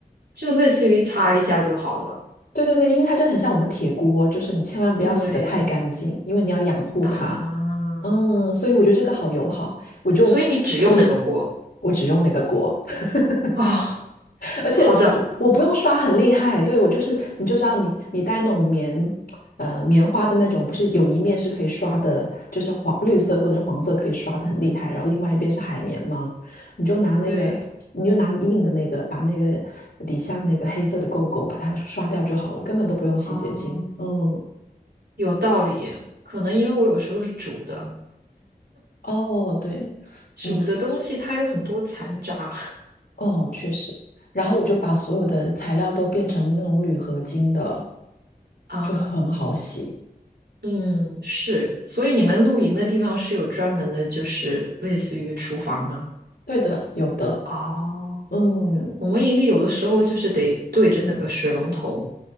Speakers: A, on the right (about 85°); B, on the left (about 80°).
A: 就类似于擦一下就好了。
B: 对对对，因为它就很像我们铁锅，就是你千万不要洗得太干净，
A: 对
B: 因为你要养护它。
A: 啊，
B: 嗯，所以我觉得这个好友好，我就可以，
A: 所以你只用那个锅
B: 我只用那个锅，<laughs>
A: 哦。
B: 而且我我不用刷很厉害，
A: 好的，
B: 对，我就是你就知道你你带那种棉呃棉花的那种，不是有一面是可以刷的，就是黄绿色或者是黄色可以刷的很厉害，然后另外一边是海绵嘛，你就拿那个你就拿硬的那个，
A: 对，
B: 把那个底下那个黑色的垢垢把它刷掉就好了，根本都不用洗洁精。
A: 啊，
B: 嗯，
A: 有道理。可能因为我有时候是煮的，
B: 哦，对。
A: 煮的东西它有很多残渣。
B: 嗯。哦，确实。然后我就把所有的材料都变成那种铝合金的，
A: 嗯
B: 就很好洗。
A: 嗯，是，所以你们露营的地方是有专门的，就是类似于厨房嘛？
B: 对的，有的。
A: 哦，
B: 嗯，
A: 我们营地有的时候就是得对着那个水龙头，